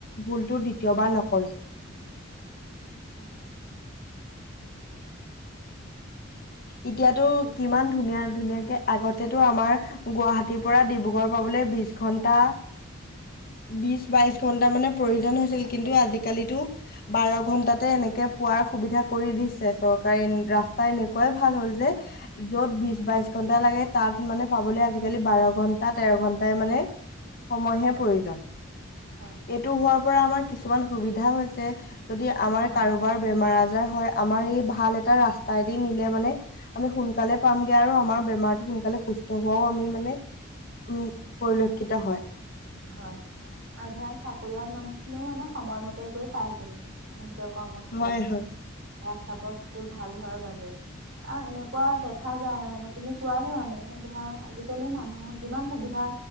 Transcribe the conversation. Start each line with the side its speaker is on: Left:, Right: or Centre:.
Left: ভুলটো দ্বিতীয়বাৰ নকৰে।
Right: হয় <unintelligible>
Left: এতিয়াতো
Right: এতিয়া
Left: কিমান
Right: মানে
Left: ধুনীয়া ধুনীয়াকে আগতেতো আমাৰ গুৱাহাটীৰ পৰা ডিব্ৰুগড় পাবলৈ বিশ ঘন্টা বিশ বাইশ ঘন্টা মানে প্ৰয়োজন হৈছিল,
Right: কাটি
Left: কিন্তু
Right: পেলাব
Left: আজিকালিতো
Right: লাগে
Left: বাৰ ঘন্টাত ততে এনেকে পোৱাৰ সুবিধা কৰি দিছে চৰকাৰে ৰাস্তাই ভাল হ'ল যে য'ত বিশ, বাইশ ঘন্টা লাগে তাত মানে পাবলৈ আজিকালি বাৰ ঘন্টা তেৰ ঘণ্টাই মানে সময়হে
Right: হয়
Left: প্ৰয়োজন
Right: হয়
Left: এইটো হোৱাৰ পৰা আমাৰ কিছুমান সুবিধা হৈছে। যদি আমাৰ
Right: হয়
Left: কাৰোবাৰ বেমাৰ আজাৰ হয় আমাৰ এই ভাল এটা ৰাস্তাই নিলে মানে আমি সোনকালে পামগে আৰু আমাৰ বেমাৰটো সোনকালে সুস্থ হোৱাও আমি মানে উম, পৰিলক্ষিত হয়।
Right: হয় আৰু ধৰা চাকৰিয়াল মানুহ খিনিও মানে সময়মতে গৈ পায়গৈ। কৰ্মস্থলিলৈ
Left: হয় হয়
Right: ৰাস্তাপথটো ভাল হোৱাৰ বাবে। আৰু এনেকুৱা দেখা যায়। মানে তুমি কোৱা ধৰণে ধৰা আজিকালি মানুহ যিমান সুবিধা